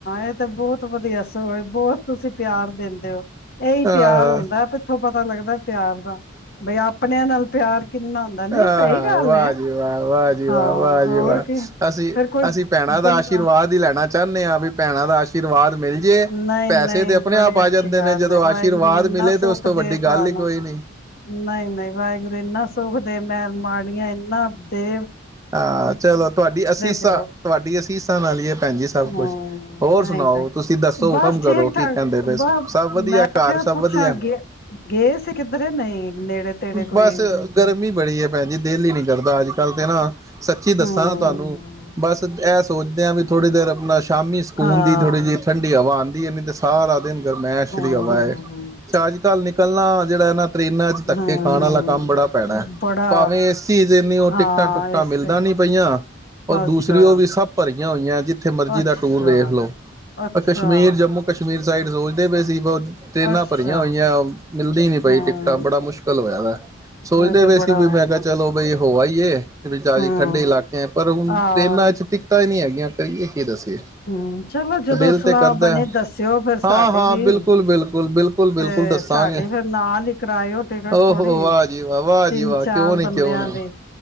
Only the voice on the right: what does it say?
ਆਹ
ਆਹ
ਵਾਹ
ਜੀ ਵਾਹ ਵਾਹ ਜੀ ਵਾਹ
ਵਾਹ
ਜੀ ਵਾਹ
ਅਸੀਂ
ਅਸੀਂ ਭੈਣਾਂ
ਦਾ ਆਸ਼ੀਰਵਾਦ ਹੀ ਲੈਣਾ ਚਾਹਣੇ ਹਾਂ ਵੀ ਭੈਣਾਂ ਦਾ ਆਸ਼ੀਰਵਾਦ ਮਿਲ ਜੇ
ਪੈਸੇ
ਤੇ ਆਪਣੇ
ਆਪ ਆ
ਜਾਂਦੇ
ਨੇ ਜਦੋਂ
ਆਸ਼ੀਰਵਾਦ
ਮਿਲੇ ਤੇ
ਉਸ ਤੋਂ
ਵੱਡੀ ਗੱਲ
ਕੋਈ ਨਹੀਂ
ਹਾਂ ਚਲੋ ਤੁਹਾਡੀ ਅਸੀਸਾਂ
ਤੁਹਾਡੀ ਅਸੀਸਾਂ ਨਾਲ ਹੀ ਹੈ ਭੈਣ ਜੀ ਸਭ
ਕੁਛ ਹੋਰ
ਸੁਣਾਓ ਤੁਸੀਂ ਦੱਸੋ
ਹੁਕਮ ਕਰੋ
ਕੀ ਕਹਿੰਦੇ ਪਏ
ਸਭ ਵਧੀਆ
ਘਰ
ਸਭ
ਵਧੀਆ
ਬਸ ਗਰਮੀ ਬੜੀ ਹੈ ਭੈਣ ਜੀ ਦਿਲ ਹੀ ਨੀ ਕਰਦਾ ਅੱਜ ਕੱਲ੍ਹ ਤੇ ਨਾ ਸੱਚੀ ਦੱਸਾਂ
ਨਾ ਤੁਹਾਨੂੰ ਬਸ ਐ ਸੋਚਦੇ ਹਾਂ ਵੀ ਥੋੜੀਰ ਆਪਣਾ ਸ਼ਾਮੀ ਸਕੂਨ
ਦੀਥੋੜੀ ਜਿਹੀ ਠੰਡੀ ਹਵਾਵ ਮ ਸਾਰਾ ਦਿਨ ਮੈਂਸ਼ਰੀ
ਹਵਾਏ ਸ਼ਾਹ ਅਜ ਕੱਲ ਨ ਪ ਇਕੱਲਾ ਜਿਹੜਾ ਇਹਨਾਂ ਟਰੇਨਾਂ ਅੱਜ ਤੱਕ
ਕਿ ਖਾਣ ਵਾਲਾ ਕੰਮ ਬੜਾ ਪੈਣਾ
ਭਾਵੇਂ ਇਸ ਚੀਜ਼ ਇੰਨੀ ਉਹ
ਟਿਕਟਾਂ ਟੁਕਟਾਂ
ਮਿਲਦਾ ਨੀ ਪਈਆਂ ਔਰ ਦੂਸਰੀ
ਉਹ ਵੀ ਸਭ ਭਰੀਆਂ ਹੋਈਆਂ ਜਿੱਥੇ ਮਰਜ਼ੀ
ਦਾ ਟੂਰ ਵੇਖ ਲਓ
ਕਸ਼ਮੀਰ ਜੰਮੂ ਕਸ਼ਮੀਰ ਸਾਈਡ ਪ ਸੀ ਬ ਟਰੇਨਾਂ
ਭਰੀਆਂ ਹੋਈਆਂ ਮਿਲਦੀ ਨੀ ਪਈ
ਟਿਕਟਾਂ ਬੜਾ ਮੁਸ਼ਕਿਲ ਦਾ ਸੋਚਦੇ
ਪਏ
ਸੀ ਵੀ ਮੈਂ ਕਿਹਾ ਚਲੋ ਬਈ ਹੋ ਆ ਹੀ ਵਿੱਚ ਆਜੀ
ਠੰਡੇ ਇਲਾਕੇ ਹੈ ਪਰ ਹੁਣ
ਟਰੇਨਾਂ ਚ ਟਿਕਤਾਂ ਹੀ ਨਹੀਂੀ ਹੈਗੀਆਂ <unintelligible> ਕੀ ਦੱਸੀਏ
ਦਿਲ
ਤੇ ਕਰਦਾ
ਹਾਂ
ਹਾਂ
ਬਿਲਕੁਲ ਬਿਲਕੁਲ ਬਿਲਕੁਲ ਬਿਲਕੁਲ
ਦੱਸਾਂਗੇ
ਓਹੋ
ਵਾਹ ਜੀ ਵਾਹ ਵਾਹ
ਜੀ ਵਾਹ
ਕਿਉਂ ਨੀ
ਕਿਉਂ ਨੀ